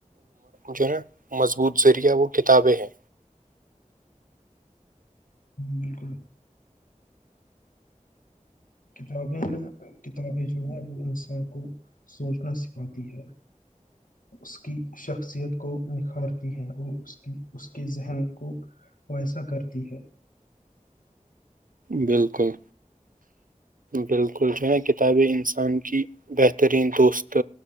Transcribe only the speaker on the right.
جو ہے نا مضبوط ذریعہ وہ کتابیں ہیں
بالکل
بالکل جو ہے نا کتابیں انسان کی بہترین دوست